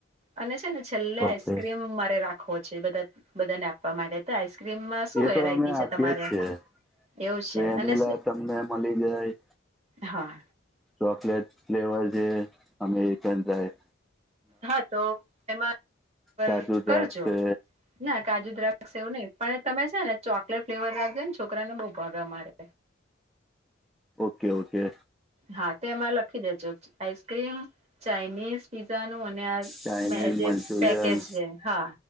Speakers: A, on the right; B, in the centre.
A: અને છે ને છેલ્લે
B: ઓકે
A: આઈસ્ક્રીમ મારે રાખવો છે બધા બધાને આપવા માટે. આઈસ્ક્રીમમાં શું
B: એ
A: વેરાયટી
B: તો અમે આપીએ
A: છે તમારે?
B: જ છીએ
A: એવું છે
B: વેનીલા
A: અને
B: તમને મળી જાય
A: હા.
B: ચોકલેટ ફ્લેવર જે અમેરિકન થાય.
A: હા તો એમાં પર
B: કાજુ દ્રાક્ષ
A: કરજો,
B: છે
A: ના કાજુ દ્રાક્ષ એવું નહી પણ એ તમે છે ને ચોકલેટ ફ્લેવર રાખજો ને છોકરાને બહુ ભાવે અમારે.
B: Okay okay.
A: હા તેમાં લખી દેજો આઈસ્ક્રીમ ચાાઈનીઝ પિઝા નું અને આ
B: ચાઇનીઝ
A: જે
B: મંચુરિયન
A: પેકેજ છે હા.